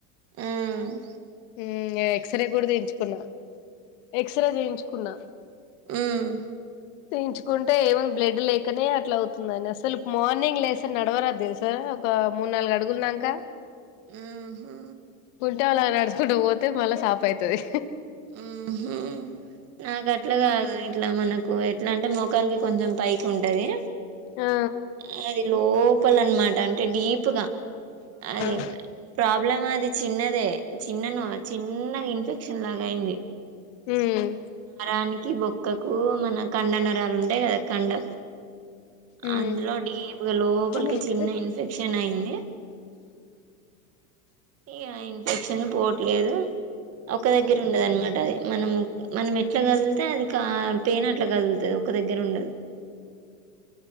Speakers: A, on the right (about 35°); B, on the left (about 60°).
A: ఉమ్
B: ఉమ్ ఎక్స్రే కూడా తీయించుకున్న ఎక్స్రే తీయించుకున్నా
A: ఉమ్
B: తీయించుకుంటే ఏమంది బ్లడ్ లేకనే అట్లా అవుతుందంని అసలు మార్నింగ్ లేస నడవరాదు సార్ ఒక మూడు నాలుగు అడుగులదాక
A: ఉమ్ హు
B: టాలాండోస్ ఇప్పుడు పోతే మళ్ళా సాప్ అవుతాది
A: ఉమ్ హు నాకు అట్లా కాదు ఇట్లా మనకు ఎట్లా అంటే మొకాలుకి కొంచెం పైకి ఉంటది
B: ఆ
A: ఆ అదిలో కుప్పలు అన్నమాట అంటే డీప్ గా అదే
B: ఆ
A: ప్రాబ్లం అది చిన్నదే చిన్నను చిన్నగా ఇన్ఫెక్షన్ లా అయింది
B: ఉమ్
A: నరానికి బొక్కకు మన కండ నరాలు ఉంటాయి కదా కండకు
B: ఉమ్
A: అందులో డీప్గా లోపలికి
B: ఉమ్
A: చిన్న ఇన్ఫెక్షన్ అయింది ఇక ఇన్ఫెక్షన్ పోవట్లేదు ఒక దగ్గర ఉండదన్నమాట అంటది అది మనము మనం ఎట్లా కదులితే అది కా పేన అట్లా కదులుతుంది ఒక దగ్గర ఉండదు